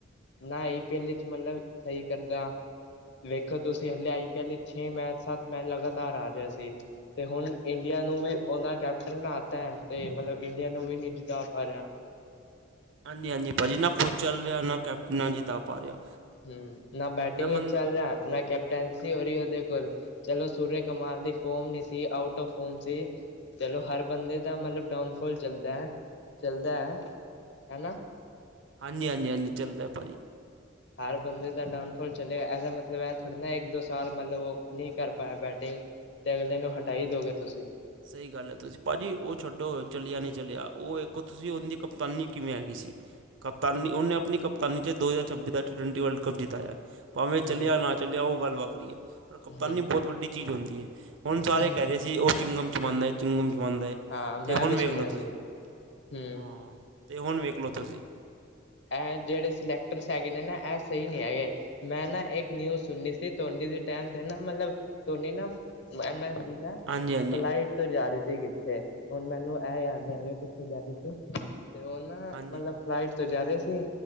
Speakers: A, on the left (about 60°); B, on the right (about 70°).
A: ਨਾ ਈ ਪਹਿਲੇ ਚ ਮਤਲਬ ਸਹੀ ਕਰਦਾ ਵੇਖੋ ਤੁਸੀ ਹਲੇ ਆਈ ਪੀ ਐਲ ਛੇ ਮੈਚ, ਸੱਤ ਮੈਚ ਲਗਾਤਾਰ ਆ ਰਿਹਾ ਸੀ। ਤੇ ਹੁਣ ਇੰਡੀਆ ਨੂੰ ਵੀ ਉਹਨਾ ਕੈਪਟਨ ਬਣਾ ਤਾ ਤੇ ਮਤਲਬ ਇੰਡੀਆ ਨੂੰ ਵੀ ਨੀ ਜੀਤਾ ਪਾ ਰਿਹਾ।
B: ਹਾਂਜੀ-ਹਾਂਜੀ ਭਾ ਜੀ ਨਾ ਖੁਦ ਚੱਲ ਰਿਹਾ, ਨਾ ਕੈਪਟਨ ਨਾਲ ਜੀਤਾ ਪਾ ਰਿਹਾ।
A: ਹਮ ਨਾ ਬੈਟਿੰਗ
B: ਮੈਂ ਮੰਨ
A: ਹੀ ਚੱਲ ਰਿਹਾ ਨਾ ਕੈ ਟੈਂਸੀ ਹੋ ਰਹੀ ਉਹਦੇ ਕੋਲ, ਚਲੋ ਸੂਰਿਆ ਕੁਮਾਰ ਦੀ ਫੋਮ ਨੀ ਸੀ ਆਊਟ ਆਫ ਫੋਮ ਸੀ। ਚਲੋ ਹਰ ਬੰਦੇ ਦਾ ਮਤਲਬ ਡਾਊਨਫਾਲ ਚੱਲਦਾ, ਚੱਲਦਾ ਹਨਾ।
B: ਹਾਂਜੀ-ਹਾਂਜੀ, ਹਾਂਜੀ ਚਲਦਾ ਭਾਜੀ।
A: ਹਰ ਬੰਦੇ ਦਾ ਡਾਊਨਫਾਲ ਚੱਲਿਆ ਐਦਾ ਮਤਲਬ ਇਹ ਥੋੜੀ ਨਾ ਇੱਕ, ਦੋ ਸਾਲ ਮਤਲਬ ਉਹ ਨੀ ਕਰ ਪਾਇਆ ਬੈਟਿੰਗ ਤੇ ਅਗਲੇ ਨੂੰ ਹਟਾ ਈ ਦੋਗੇ ਤੁਸੀਂ।
B: ਸਹੀ ਗੱਲ ਹੈ ਤੁਸੀਂ ਭਾਜੀ ਉਹ ਛੱਡੋ, ਚਲਿਆ ਨੀ ਚਲਿਆ ਉਹ ਏਕੋ ਤੁਸੀਂ ਉਹਦੀ ਕਪਤਾਨੀ ਕਿਵੇਂ ਹੈਗੀ ਸੀ। ਕਪਤਾਨੀ ਉਹਨੇ ਆਪਣੀ ਕਪਤਾਨੀ ਚ ਦੋ ਹਜ਼ਾਰ ਛੱਬੀ ਦਾ ਟੀ ਟਵਟੀ ਵਰਲਡ ਕਪ ਜਿਤਾਇਆ। ਭਾਵੇਂ ਚੱਲਿਆ
A: ਹੂੰ
B: ਨਾ ਚੱਲਿਆ ਉਹ ਗੱਲ ਵੱਖਰੀ ਏ। ਪਰ ਕਪਤਾਨੀ
A: ਹੂੰ
B: ਬੌਤ ਵੱਡੀ ਚੀਜ਼ ਹੁੰਦੀ ਹੈ ਹੁਣ ਸਾਰੇ
A: ਹੂੰ
B: ਕਹਿ ਰਹੇ ਸੀ ਉਹ ਚਿੰਗਮ ਚਬਾਂਦਾ ਹੈ ਚਿੰਗਮ ਚਬਾਂਦਾ ਹੈ।
A: ਹਾਂ
B: ਤੇ
A: ਮੈਂ
B: ਹੁਣ
A: ਵੀ
B: ਵੇਖਲੋ
A: ਸੁਣਿਆ ਸੀ
B: ਤੁਸੀ
A: ਹੂੰ
B: ਹਾਂ ਤੇ ਹੁਣ ਵੇਖਲੋ ਤੁਸੀ।
A: ਇਹ ਜਿੜੇ ਸਿਲੈਕਟਰਸ ਹੈਗੇ ਨੇ ਨਾ, ਇਹ ਸਹੀ ਨੀ ਹੈਗੇ। ਮੈਂ ਨਾ ਇੱਕ ਨਿਊਜ਼ ਸੁਣੀਨੀ ਸੀ ਧੋਨੀ ਦੇ ਟੈਮ ਤੇ ਨਾ ਮਤਲਬ ਧੋਨੀ ਨਾ ਨਾ
B: ਹਾਂਜੀ ਹਾਂਜੀ
A: ਫਲਾਈਟ ਤੋਂ ਜਾ ਰਹੇ ਸੀ ਕਿੱ ਥੇ ਹੁਣ ਮੈਨੂੰ ਇਹ ਯਾਦ ਨੀ ਹੈਗਾ ਕਿੱਥੇ ਜਾ ਰੇ ਸੀ, ਤੇ ਉਹ ਨਾ
B: ਹਾਂਜੀ
A: ਮਤਲਬ ਫਲਾਈਟ ਤੋਂ ਜਾ ਰਹੇ ਸੀ,